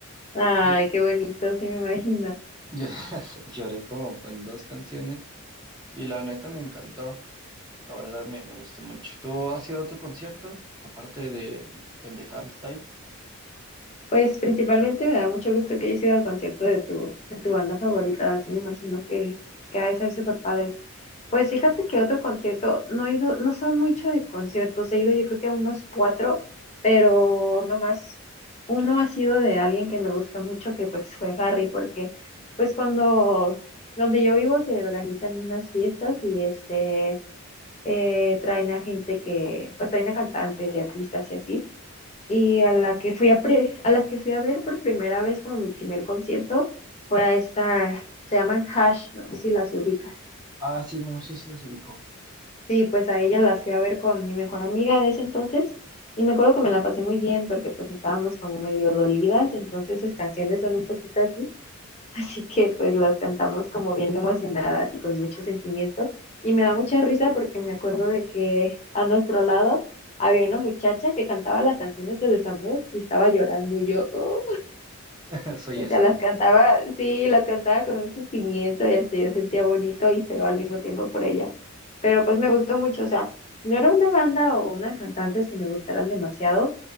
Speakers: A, on the left (about 30°); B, on the right (about 20°).
A: Ay,
B: Yo-
A: qué bonito, sí me imagino.
B: yo <laughs> lloré como en dos canciones y la neta me encantó, la verdad me, me gustó mucho. ¿Tú has ido a otro concierto, aparte de el de Harry Styles?
A: Pues principalmente me da mucho gusto que hayas ido al concierto de tu, de tu banda favorita, así me imagino que, que ha de ser súper padre. Pues fíjate que otro concierto, no he ido, no soy mucho de conciertos, he ido yo creo que a unos cuatro, pero nomás uno ha sido de alguien que me gustó mucho, que pues fue Harry, porque pues cuando, donde yo vivo se organizan unas fiestas y este, eh, traen a gente que, pues traen a cantantes y artistas y así y a la que fui a pre- a las que fui a ver por primera vez como mi primer concierto fue a esta, se llaman Hash, no sé si las ubicas.
B: Ah, sí, no, sí, sí los ubico.
A: Sí, pues a ella las fui a ver con mi mejor amiga de ese entonces y me acuerdo que me la pasé muy bien porque pues estábamos como medio dolidas, entonces sus canciones son un poquito así, <laughs> así que pues las cantamos como bien emocionadas y con mucho sentimiento y me da mucha risa porque me acuerdo de que a nuestro lado había una muchacha que cantaba las canciones de Desamor y estaba llorando y yo, "Oh,
B: <laughs> Soy
A: O
B: Esadi.
A: sea, las cantaba, sí, las cantaba con un sentimiento y hasta yo sentía bonito y feo al mismo tiempo por ella. Pero pues me gustó mucho, o sea, no era una banda o unas cantantes que me gustaran demasiado,